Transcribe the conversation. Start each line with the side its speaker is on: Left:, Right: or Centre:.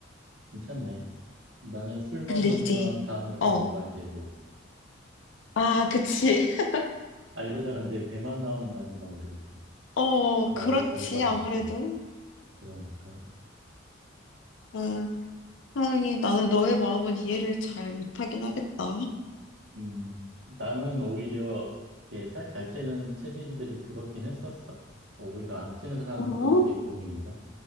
Right: 괜찮네. 나는 술 먹으면
Left: 근데 이제,
Right: 다음날 더
Left: 어,
Right: 먹어야 되고.
Left: 아, 그치. <laughs>
Right: 아, 이러다 근데 배만 나오는 거 아닌가 모르겠다.
Left: 어,
Right: 나이
Left: 그렇지.
Right: 살과 함께.
Left: 아무래도.
Right: 그러니까.
Left: 아, 하긴 나는 너의 마음은 이해를 잘 못하긴 하겠다.
Right: 음, 나는 오히려 이게 살잘 찌는 체질들이 부럽긴 했었어. 오히려 안 찌는 사람들은
Left: 어?
Right: 또 그게 고민이다.